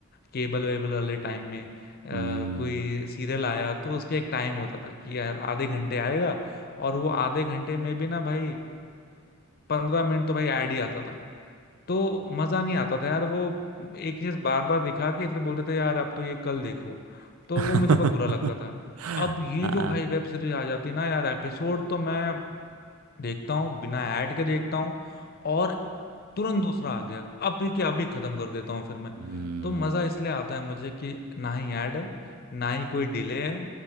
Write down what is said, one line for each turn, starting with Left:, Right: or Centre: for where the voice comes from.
Left: केबल वेबल वाले टाइम में आ,
Right: हम्म।
Left: कोई सीरियल आया तो उसके एक टाइम होता था कि यार आधे घंटे आएगा और वो आधे घंटे में भी ना भाई पंद्रह मिनट तो भाई ऐड ही आता था तो मजा नहीं आता था यार वो एक चीज बार बार दिखा के फिर बोलते थे यार अब तो ये कल देखो तो
Right: <laughs>
Left: वो मुझे बहुत बुरा लगता था अब ये
Right: हाँ
Left: जो भाई वेब सीरीज आ जाती है ना यार एपिसोड तो मैं देखता हूँ बिना ऐड के देखता हूँ और तुरंत दूसरा आ गया अब भी क्या अभी खत्म कर देता हूँ फिर मैं
Right: हम्म
Left: तो मजा इसलिए आता है मुझे कि ना ही ऐड है ना ही कोई डिले है